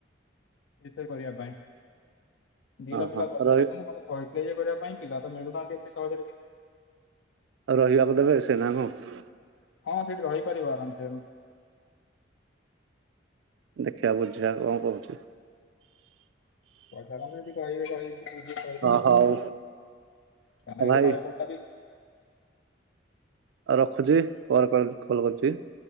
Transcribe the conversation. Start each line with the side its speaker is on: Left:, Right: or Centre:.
Left: ଏ ସେ କରିବା ପାଇଁ ଦିଟା
Right: ହଁ
Left: ପିଲା
Right: ହଁ
Left: ଦରକାର
Right: ରହି
Left: ଅଛନ୍ତି ମତେ କହିଥିଲେ ଯେ କରିବା ପାଇଁ ପିଲା ତ ମିଳୁନାହାନ୍ତି ଏତେ ସହଜରେ ବି।
Right: ଆଉ ରହିବାକୁ ଦେବେ ସେନା କଣ?
Left: ହଁ ସେଇଠି ରହିପାରିବ ଆରାମ ସେ
Right: ଦେଖିବା ବୁଝିବା କଣ କହୁଚି।
Left: ପଚାରନ୍ତୁ ଯଦି କହିବେ କହି ବୁଝିକି କହିଦେବି।
Right: ହଁ ହଉ
Left: କାନ
Right: ହଉ ଭାଇ
Left: ଏଡି <unintelligible>
Right: ଆଉ ରଖୁଚି ପରେ କ କଲ କରୁଚି।